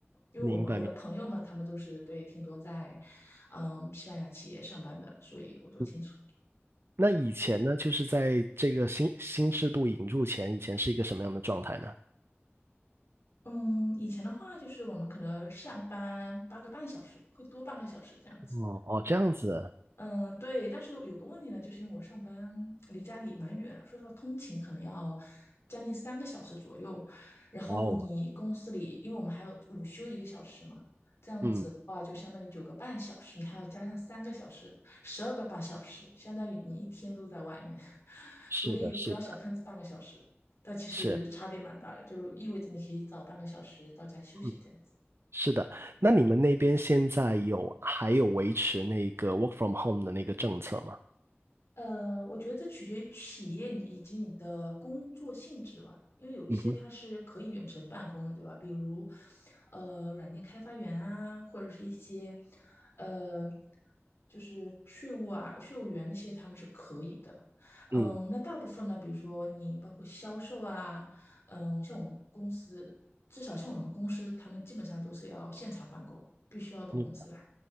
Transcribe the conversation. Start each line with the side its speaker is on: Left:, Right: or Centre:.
Left: 因为我们我的朋友们他们都是对挺多在，
Right: 明白明白。
Left: 嗯，西班牙企业上班的，所以我都清楚。
Right: 嗯那以前呢，就是在这个新新制度引入前，以前是一个什么样的状态呢？
Left: 嗯，以前的话就是我们可能上班八个半小时，会多半个小时这样子。
Right: 哦哦，这样子，
Left: 嗯，呃对，但是有个问题呢，就是因为我上班离家里蛮远的说实话，通勤可能要将近三个小时左右。然后你公司里，
Right: 哇哦，
Left: 因为我们还有午休一个小时嘛，这样子的话就相当于九个半小时，
Right: 嗯，
Left: 你还要加上三个小时，十二个半小时，相当于你一天都在外面。<laughs>
Right: 是的，
Left: 所以不要小看这半个小时，
Right: 是的，
Left: 但其实差别蛮大的，
Right: 是，
Left: 就意味着你可以早半个小时到家休息这样。
Right: 嗯，是的。那你们那边现在有还有维持那个 work from home 的那个政策吗？
Left: 呃，我觉得这取决于企业以及你的工作性质吧，因为有一些它是可以远程办公的，
Right: 嗯哼，
Left: 对吧？比如，呃，软件开发员啊，或者是一些，呃，就是税务啊、税务员那些，他们是可以的。
Right: 嗯，
Left: 嗯，那大部分呢，比如说你包括销售啊，嗯，像我们公司，至少像我们公司，他们基本上都是要现场办公，必须要到公司来。
Right: 你